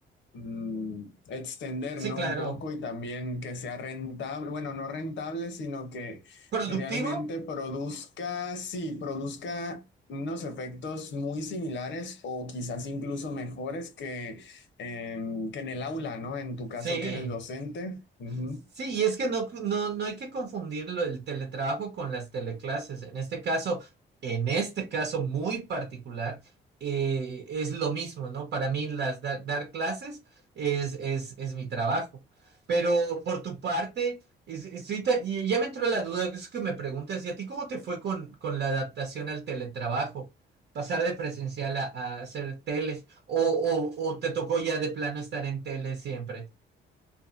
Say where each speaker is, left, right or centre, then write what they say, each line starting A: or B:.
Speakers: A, on the left; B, on the right.
A: mm, extender,
B: Sí,
A: ¿no?
B: claro.
A: Un poco y también que sea rentable, bueno, no rentable, sino que
B: ¿Productivo?
A: realmente produzca, sí, produzca unos efectos muy similares o quizás incluso mejores que, em, que en el aula, ¿no? En tu caso
B: Sí.
A: que eres docente. Ujú.
B: Sí, y es que no, no, no hay que confundirlo el teletrabajo con las teleclases. En este caso, en este caso muy particular, eh, es lo mismo, ¿no? Para mí las da- dar clases es, es, es mi trabajo. Pero por tu parte, es- estoy ta- y ya me entró la duda, es que me preguntas, ¿y a ti cómo te fue con, con la adaptación al teletrabajo? Pasar de presencial a, a hacer tele, o, o, o te tocó ya de plano estar en tele siempre.